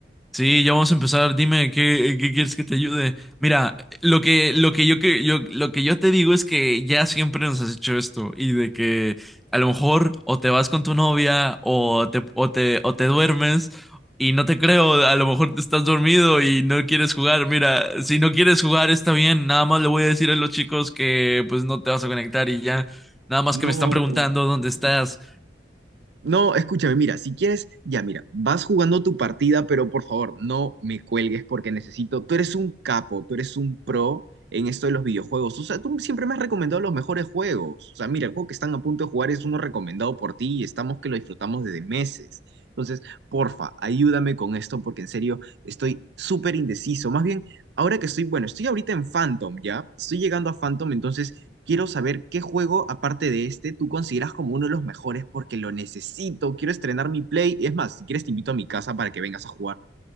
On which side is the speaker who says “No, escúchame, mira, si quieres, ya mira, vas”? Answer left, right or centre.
Right